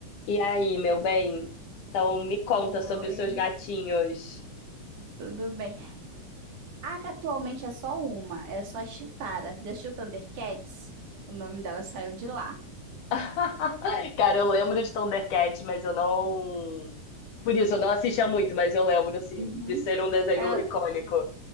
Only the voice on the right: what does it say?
Oi,
tudo bem? A que atualmente é só uma, é só a Chitara. Já assistiu Thundercats? O nome dela saiu de lá.
Uhum.
É,